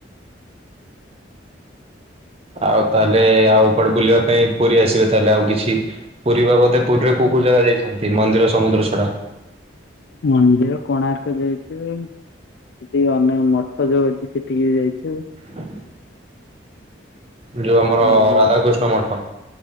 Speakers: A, on the right; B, on the left.
A: ଆଉ ତାହେଲେ ଆଉ କୁଆଡେ ବୁଲିବା ପାଇଁ ପୁରୀ ଆସିବେ ତାହେଲେ ଆଉ କିଛି। ପୁରୀ ବାବଦେ ପୁରୀରେ କୋଉ କୋଉ ଜାଗା ଯାଇଛନ୍ତି ମନ୍ଦିର ସମୁଦ୍ର ଛଡା?
B: ମନ୍ଦିର କୋଣାର୍କ ଯାଇଛି। ସେଠି ଅନେକ ମଠ ଯୋଉ ଅଛି ସେଠିକି ବି ଯାଇଛୁ।
A: ହୁଁ ଯେଉଁ ଆମର
B: ଆଉ
A: ରାଧାକୃଷ୍ଣ ମଠ।